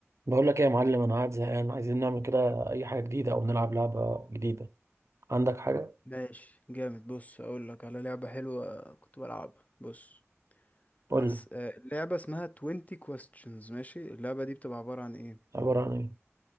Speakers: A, on the right; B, on the left.
A: بقول لك ايه يا معلم انا قاعد زهقان عايزين نعمل كده اي حاجه جديده او نلعب لعبه جديده عندك حاجه
B: ماشي جامد بص اقول لك على لعبة حلوة كنت بلعبها بص
A: قول
B: هس...
A: لي
B: آه، اللعبة اسمها 20 questions ماشي اللعبة دي بتبقى عبارة عن ايه
A: عباره عن ايه